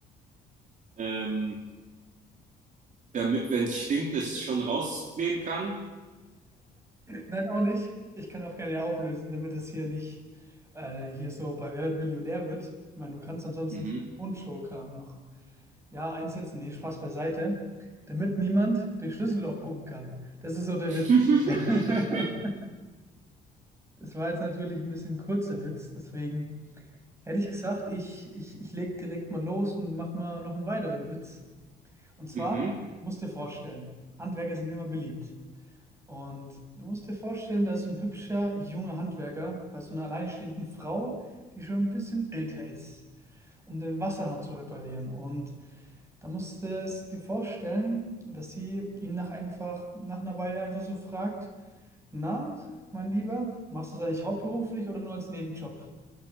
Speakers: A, on the right; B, on the right.
A: Ähm, damit, wenn es stinkt, es schon rausgehen kann.
B: Nein, auch nicht. Ich kann auch gerne auflösen, damit es hier nicht äh, hier so bei Wer wird Millionär wird. Ich meine, du kannst ansonsten
A: Mhm.
B: den Joker noch. Ja, einsetzen, nee, Spaß beiseite, damit niemand durch Schlüsselloch gucken kann. Das ist so der Witz.
A: <laughs>
B: <laughs> Es war jetzt natürlich ein bisschen kurzer Witz, deswegen hätte ich gesagt, ich, ich, ich leg direkt mal los und mach mal noch einen weiteren Witz. Und zwar,
A: mhm.
B: musst dir vorstellen, Handwerker sind immer beliebt. Und du musst dir vorstellen, da ist so ein hübscher, junger Handwerker bei so einer alleinstehenden Frau, die schon ein bisschen älter ist, um den Wasserhahn zu reparieren. Und Da musst du es dir vorstellen, dass sie ihn nach einfach, nach einer Weile einfach so fragt, na, mein Lieber, machst du das eigentlich hauptberuflich oder nur als Nebenjob?